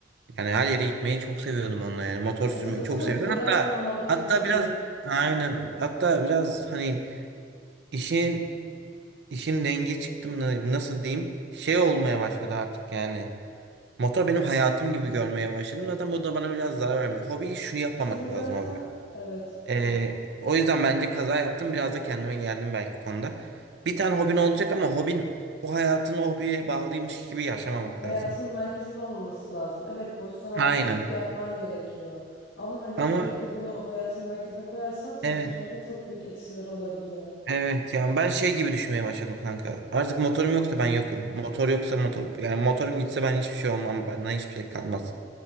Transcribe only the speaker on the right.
Yani her yere gitmeyi çok seviyordum onunla yani. Motor sürmeyi
çok seviyordum.
Hatta
hatta
biraz aynen hatta biraz hani işin işin rengi çıktı mı nasıl diyeyim şey olmaya başladı artık yani. Motor benim hayatım gibi görmeye başladım. Zaten bu da bana biraz zarar vermiyor. Hobi şunu yapmamak
lazım abi.
Ee, o yüzden bence kaza yaptım. Biraz da kendime geldim belki konuda. Bir tane hobin olacak ama hobin o hayatını o hobiye bağlıymış gibi yaşamamak
lazım.
Aynen.
Ama
evet
evet yani ben şey gibi düşünmeye başladım kanka. Artık motorum yoksa ben yokum. Motor yoksa motor yani motorum gitse ben hiçbir şey olmam. Benden hiçbir şey kalmaz.